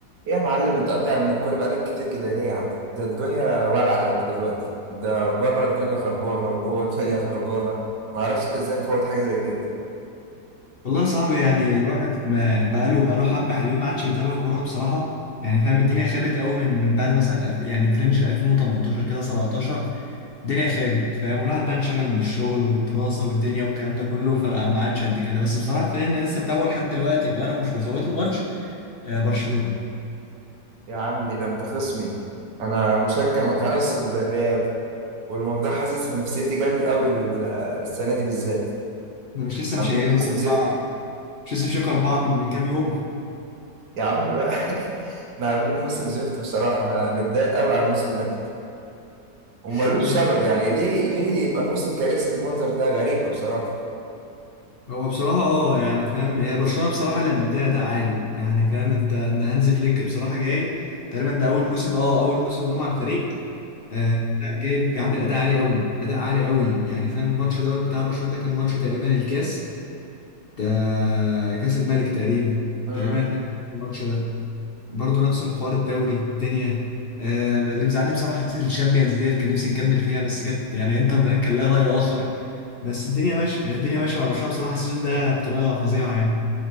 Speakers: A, on the right; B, on the left.
A: ايه يا معلم انت قاطع من الكورة بقالك كتير كده ليه يا عم ده الدنيا ولعة دلوقتي ده بره الدنيا خربانة وجوه الدنيا خربانة معرفش انت ازاي مفوت حاجة زي كده
B: والله صعب يعني الواحد ما يعني بقاله بقاله حبة حلوين ما عادش بيتابع كورة بصراحة يعني فاهم الدنيا خابت قوي من من بعد مثلا الف يعني فرنج ال 2018 كده 17 الدنيا خابت فاهم والواحد بقى انشغل من الشغل والدراسة والدنيا والكلام ده كله فما عادش قد كده بس بصراحة الفريق اللي أنا لسه متابعه لحد دلوقتي بقى انا مش بفوت له ماتش آه، برشلونة
A: يا عمي ده انت خصمي انا مشجع متعصب للريال والموضوع حاسس في نفسيتي جامد قوي ال- السنة دي بالذات
B: انا مش لسه
A: عاملين
B: مشيلينكم
A: موسم
B: أربعة
A: زفت
B: مش لسه مشيلكم أربعة من من كام يوم
A: يا عم بقى <laughs> احنا عاملين موسم زفت بصراحة انا متضايق قوي على الموسم ده ومالوش
B: <laughs>
A: سبب يعني ليه ليه يبقى الموسم كارثي بالمنظر ده غريبة بصراحة
B: هو بصراحة اه يعني فاهم هي برشلونة بصراحة اللي مديها أداء عالي يعني فاهم انت ان هانز فليك بصراحة جاي تقريبا ده أول موسم اه أول موسم لهم على الفريق آه لا جايب جاي عامل أداء عالي قوي أداء عالي قوي يعني فاهم الماتش دوت بتاع برشلونة ده كان ماتش تقريبا الكاس ده كاس الملك تقريبا
A: اه
B: تقريبا احنا جبنا الماتش ده برضه نفس الحوار الدوري الدنيا آه اللي مزعلني بصراحه حته الشامبيونز ديت كان نفسي نكمل فيها بس جت يعني انتر ميلان كان لها راي اخر بس الدنيا ماشيه يعني الدنيا ماشيه مع برشلونه بصراحه السيزون ده بطريقه فظيعه يعني